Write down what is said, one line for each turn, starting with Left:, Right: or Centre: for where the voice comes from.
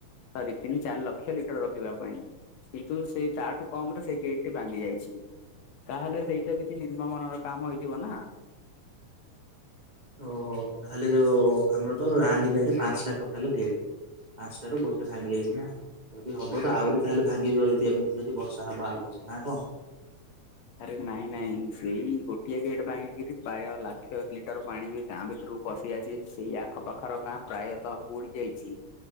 Left: ସରି ତିନି ଚାରି ଲକ୍ଷ ଲିଟର ରଖିବା ପାଇଁ କିନ୍ତୁ ସେ ତା ଠୁ କମ୍ ରେ ସେଇ ଗେଟ ଟି ଭାଙ୍ଗି ଯାଇଛି ତାହେଲେ ସେଇଟା କିଛି ନିମ୍ନ ମାନର କାମ ହେଇଥିବ ନା।
Right: ଓହୋ ତାହେଲେ ଯୋଉ ଆମର ତ ରାହାଣ୍ଡି ଘାଇରେ ପାଁସ୍‌ ଟା ଟୋଟାଲ ଗେଟ୍। ପାଁସ୍ ଟାରୁ ଗୋଟେ ଭାଙ୍ଗି ଯାଇଚି ନା। ଯଦି ହବ ତ ଆହୁରି ତାହେଲେ ଭାଙ୍ଗିଯିବ ଯତି ଏମିତି ଯଦି ବର୍ଷା ହବ ଆଗକୁ ନା କଣ?
Left: ଆରେ ନାଇଁ ନାଇଁ ସେଇ ଗୋଟିଏ ଗେଟ୍ ଭାଙ୍ଗିକିରି ପାୟ ଲାକ୍ଷ ଲି ଟର ପାଣି ବି ଗାଁ ଭିତୁରୁକୁ ପଶି ଆସି ସେଇ ଆଖପାଖର ଗାଁ ପ୍ରାୟତଃ ବୁଡି ଯାଇଛି।